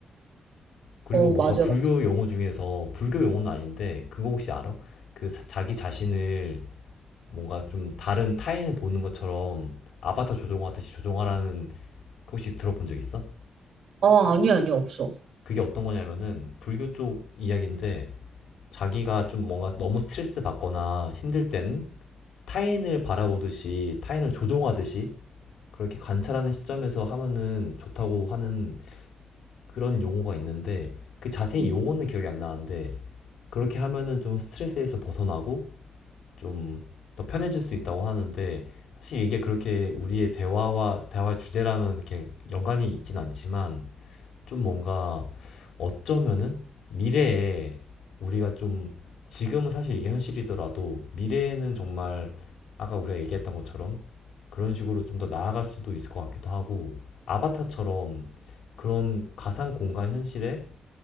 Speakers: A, on the left (about 85°); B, on the right (about 60°).
A: 그리고
B: 어,
A: 뭔가
B: 맞아.
A: 불교 용어 중에서 불교 용어는 아닌데 그거 혹시 알아? 그 사- 자기 자신을 뭔가 좀 다른 타인을 보는 것처럼 아바타 조종하듯이 조종하라는 그 혹시 들어본 적 있어?
B: 어, 아니, 아니, 없어.
A: 그게 어떤 거냐면은 불교 쪽 이야기인데 자기가 좀 뭔가 너무 스트레스 받거나 힘들 땐 타인을 바라보듯이 타인을 조종하듯이 그렇게 관찰하는 시점에서 하면은 좋다고 하는 그런 용어가 있는데 그 자세히
B: 음.
A: 용어는 기억이 안 나는데 그렇게 하면은 좀 스트레스에서 벗어나고 좀 더 편해질 수 있다고 하는데 사실 이게 그렇게 우리의 대화와 대화 주제랑은 그렇게 연관이 있진 않지만 좀 뭔가 어쩌면은 미래에 우리가 좀 지금은 사실 이게 현실이더라도 미래에는 정말 아까 우리가 얘기했던 것처럼 그런 식으로 좀 더 나아갈 수도 있을 것 같기도 하고 아바타처럼 그런 가상 공간 현실에